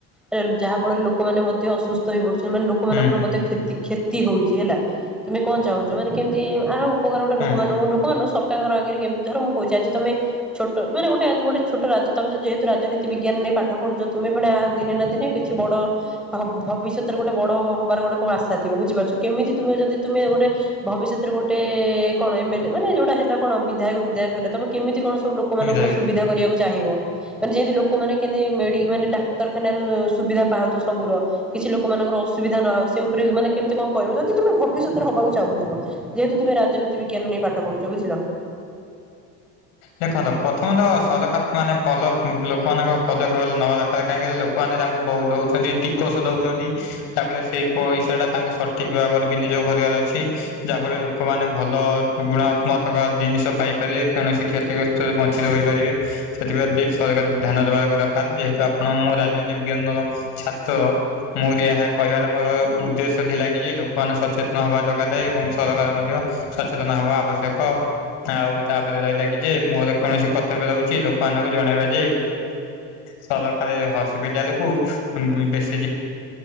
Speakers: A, in the centre; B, on the left (about 85°).
A: ଆ ଯାହା ଫଳରେ ଲୋକମାନେ ମ ଅସୁସ୍ଥ ହେଇ ପଡୁଛନ୍ତି ମାନେ ଲୋକମାନଙ୍କର
B: ହୁଁ
A: ମଧ୍ୟ କ୍ଷତି କ୍ଷତି ହଉଛି ହେଲା ତୁମେ କଣ ଚାହୁଁଛ ମାନେ କେମିତି ଆର ଉପକାର ଗୋଟେ
B: ହୁଁ
A: ଲୋକମାନଙ୍କୁ ଲୋକମାନର ନୁହଁ ସରକାର ସରକାରଙ୍କର ଆ ଆଗରେ କେ ଧର ମୁଁ କହୁଛି ଆଜି ତମେ ଛୋଟ ଯୋଉ ମାନେ ଗୋଟେ ଆଜି ଗୋଟେ ଛୋଟ ରା ତମେ ଯଦି ଯେହେତୁ ରାଜନୀତି ବିଜ୍ଞାନ ନେଇ ପାଠ ପ ପଢ଼ୁଛ ତୁମେ ପୁଣି ଆ ଦିନେ ନା ଦିନେ କିଛି ବଡ ଭ ଭବିଷ୍ୟତରେ ଗୋଟେ ବଡ ହବାର ଗୋଟେ କଣ ଆଶା ଥିବ ବୁଝପାରୁଛ, କେମିତି ତୁମେ ଯଦି ତୁମେ ଗୋଟେ ଭବିଷ୍ୟତ ଗୋଟେ କଣ ଏମ ଏଲ ମାନେ ଯୋଉଟା ହେଲା କଣ ବିଧାୟକ ବିଧାୟକ ହେଲା ତମେ କେମିତି କଣ ଲୋକମାନଙ୍କର
B: ନିରାକ
A: ର ସୁବିଧା କରିବାକୁ ଚାହିଁବ ଯେମିତି ଲୋ ଲୋକମାନେ କେମିତି ମେଡି ମାନେ ଡାକ୍ତରଖାନର ସୁବିଧା ପାଆନ୍ତୁ। ସବୁର କିଛି ଲୋକମାନଙ୍କର ଅସୁବିଧା ନ ହଉ ସେ ଉପରେ ମାନେ କେମିତି କଣ କରିବ ଯଦି ତମେ ଭବିଷ୍ୟତରେ ହବାକୁ ଚାହୁଁଥିବ? ଯେହେତୁ ତୁମେ ରାଜନୀତି ବିଜ୍ଞାନ ନେଇ ପାଠ ପଢୁଛ ବୁଝିଲ।
B: ଦେଖନ୍ତୁ ପ୍ରଥମ ତ ସରକାର ମାନେ ଭଲ ଉଁ ଲୋକମାନଙ୍କ ପଦକ୍ଷେପ ନେବା ଦରକାର କାହିଁକିନା ଲୋକମାନେ ତାଙ୍କୁ ବହୁତ ଦେଉଛନ୍ତି ଟିକସ ଦଉଛନ୍ତି। ତା ଫଳେ ସେଇ ପଇସାଟା ତାଙ୍କୁ ସଠିକ ଭାବରେ ବିନିଯୋଗ କରିବାର ଅଛି ଯାହା ଫଳରେ ଲୋକମାନେ ଭଲ <unintelligible> ଗୁଣାତ୍ମକ ଜିନିଷ ପାଇ ପାରିବେ କୌଣସି କ୍ଷତିଗ୍ରସ୍ତରୁ ବଞ୍ଚିତ ହୋଇପାରିବେ ସେଥିପ୍ରତି ସରକାର ଧ୍ୟାନ ଦେବା ଦରକାର ଯେହେତୁ ଆ କଣ ମୁଁ ରାଜନୀତି ବିଜ୍ଞାନର ଛାତ୍ର। ମୋର ଏହା କହିବାର ମୋର ଉଦ୍ଦେଶ୍ୟ ଥିଲା କି ଯେ ଲୋକମାନେ ସଚେତନ ହବା ଦରକାର ଥା ଏବଂ ସରକାର ମଧ୍ୟ ସଚେତନ ହବା ଆବଶ୍ୟକ ଆଉ ତାପରେ ରହିଲା କି ଯେ ମୋର କୌଣସି କର୍ତ୍ତବ୍ୟ ରହୁଛି ଲୋକମାନଙ୍କୁ ଜଣେଇବା। ଯେ ସରକାରୀ ହସ୍ପିଟାଲକୁ ବେ-ବେସି